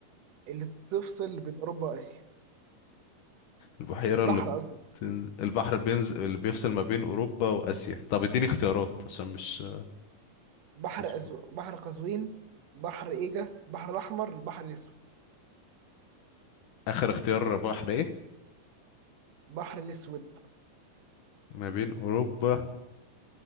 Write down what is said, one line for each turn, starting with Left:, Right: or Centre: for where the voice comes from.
Right: اللي تفصل بين اوروبا واسيا
Left: البحيرة
Right: بحر
Left: اللي
Right: قصدي
Left: بتن... البحر بينزل اللي بيفصل ما بين اوروبا واسيا طب اديني اختيارات عشان مش,
Right: بحر
Left: مش...
Right: أزو... بحر قزوين بحر ايجا بحر الاحمر البحر الاسود
Left: اخر اختيار بحر ايه
Right: البحر الاسود
Left: ما بين اوروبا